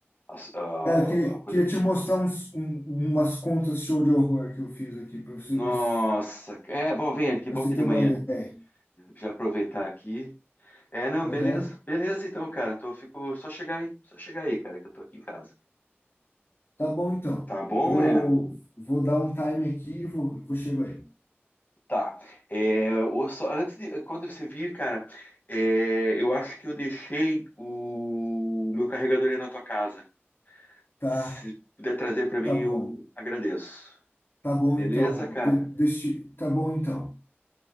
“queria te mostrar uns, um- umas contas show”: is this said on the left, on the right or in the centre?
Left